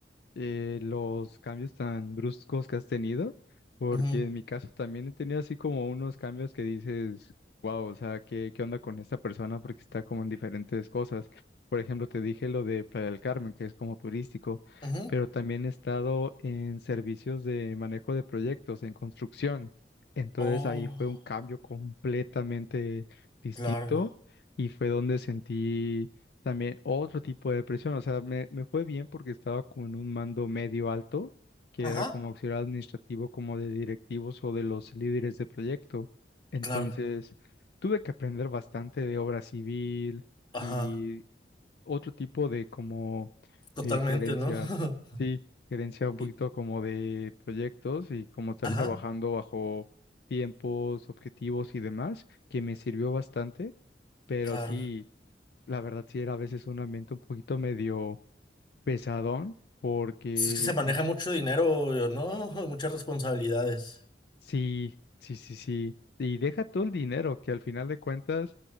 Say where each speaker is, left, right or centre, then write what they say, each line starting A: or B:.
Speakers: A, on the left; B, on the left.
A: eh, los cambios tan bruscos que has tenido, porque
B: Ujú,
A: en mi caso también he tenido así como unos cambios que dices, wow, o sea, ¿qué, qué onda con esta persona? Porque está como en diferentes cosas. Por ejemplo, te dije lo de Playa del Carmen, que es como turístico,
B: ujú.
A: pero también he estado en servicios de manejo de proyectos, en construcción. Entonces
B: Oh,
A: ahí fue un cambio completamente distinto
B: claro.
A: y fue donde sentí también otro tipo de depresión, o sea, me, me fue bien porque estaba con un mando medio alto, que
B: Ajá.
A: era como auxiliar administrativo, como de directivos o de los líderes de proyecto. Entonces,
B: Claro,
A: tuve que aprender bastante de obra civil
B: ajá,
A: y otro tipo de como
B: totalmente,
A: eh, gerencias,
B: ¿no?
A: sí,
B: <laughs>
A: gerencia un poquito
B: Y-
A: como de proyectos y como estar
B: ajá,
A: trabajando bajo tiempos, objetivos y demás, que me sirvió bastante, pero
B: claro.
A: sí. La verdad sí era a veces un ambiente un poquito medio pesadón, porque
B: Pues Es que se maneja
A: pues
B: mucho dinero, ¿no? <laughs> Muchas responsabilidades.
A: sí, sí, sí, sí. Y deja todo el dinero, que al final de cuentas